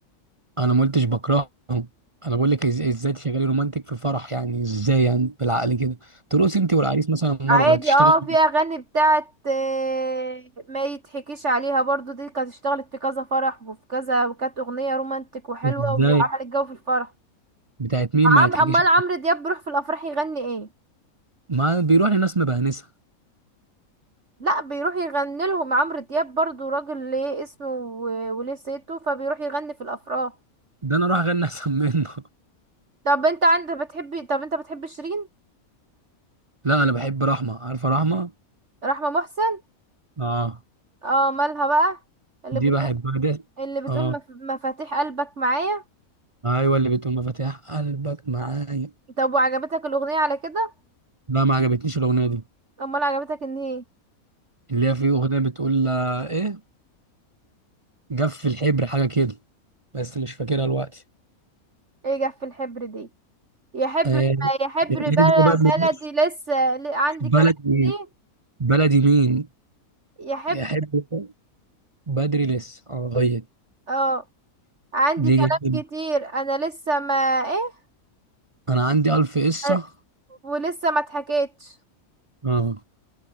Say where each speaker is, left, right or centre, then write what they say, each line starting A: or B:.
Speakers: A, on the right; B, on the right.
A: انا ما قلتش بكرههم انا بقول لك إز- ازاي تشغلي رومانتك في الفرح يعني ازاي يعني بالعقل كده ترقص انت والعريس مثلا مره
B: عادي
A: تشتغل
B: اه في اغاني بتاعت آه، ما يتحكيش عليها برضو دي كانت اشتغلت في كذا فرح وفي كذا وكانت اغنيه رومانتك وحلوه
A: ازاي
B: وعملت جو في الفرح
A: بتاعت مين
B: عم
A: ما يتحكيش
B: امال عمرو دياب بيروح في الافراح يغني ايه
A: ما بيروح لناس مبهنسة
B: لا بيروح يغني لهم عمرو دياب برضو راجل ليه اسمه و- وليه صيته فبيروح يغني في الافراح
A: ده انا اروح اغني احسن منه
B: طب انت عندك بتحبي طب انت بتحب شيرين
A: <laughs> لا انا بحب رحمة عارفة رحمة
B: رحمه محسن
A: اه
B: اه مالها بقى اللي
A: دي
B: بتقول
A: بحبها ده
B: اللي بتقول
A: اه
B: مف... مفاتيح قلبك معايا
A: ايوه اللي بتقول مفاتيح قلبك معايا
B: طب وعجبتك الأغنية على كده
A: لا ما عجبتنيش الاغنية دي
B: امال عجبتك ان هي
A: اللي هي في اغنية بتقول آه، ايه جف الحبر حاجة كده بس مش فاكرها دلوقتي
B: ايه جف الحبر دي يا حبر
A: آه،
B: يا حبر
A: الأغنية
B: بل-
A: دي بقى اللي-
B: بلدي لسه ل- عندي
A: بلدي
B: كلام كتير
A: بلدي مين
B: يا حبر
A: يحب بدري لسه اه هي دي
B: اه عندي
A: دي
B: كلام
A: جميلة
B: كتير انا لسه ما ايه
A: انا عندي الف قصة
B: أنا- ولسه ما اتحكيتش
A: اه